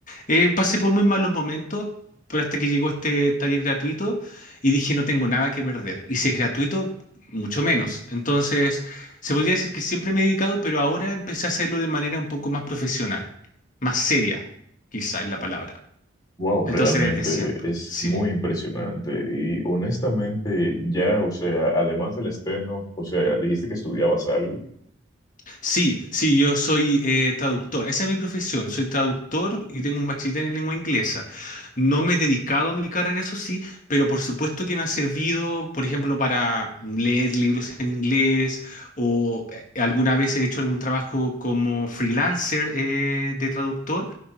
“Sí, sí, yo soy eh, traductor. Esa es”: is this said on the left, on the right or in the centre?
Left